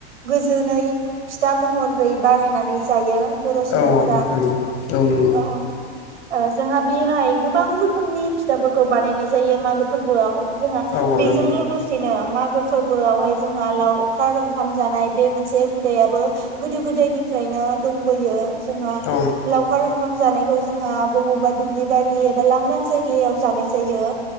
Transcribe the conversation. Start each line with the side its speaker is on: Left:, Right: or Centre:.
Right: गोजोनै फिथा महरै बानायनानै जायो। बर' सुबुंफोरा
Left: औ औ नंगौ औ नंगौ।
Right: औ जोंहा बेहाय गोबां रो खोमनि फिथाफोरखौ बानायनाय जायो मागो फोरबोआव जोंहा
Left: औ
Right: बेजों
Left: नंगौ
Right: लोगोसेनो मागो फोरबोआवहाय जोंहा लाव अखार ओंखाम जानाय बे मोनसे हुदायाबो गोदो गोदायनिफ्रायनो दंबोयो। जोंहा
Left: औ
Right: लावखार ओं ओंखाम जानायखौ जोंहा बबावबा दुब्लिबारि एबा लांदां जायगायाव जानाय जायो